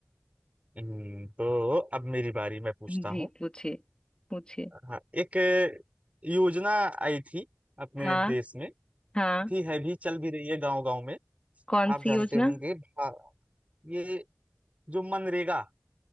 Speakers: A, on the right; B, on the left.
A: हम्म तो अब मेरी बारी मैं पूछता
B: जी
A: हूँ
B: पूछिए पूछिए
A: हाँ एक योजना आई थी अपने
B: हाँ
A: देश में आई
B: हाँ
A: थी है भी चल भी रही है गांव गांव में
B: कौन
A: आप
B: सी
A: जानते
B: योजना
A: होंगे भा- ये जो मनरेगा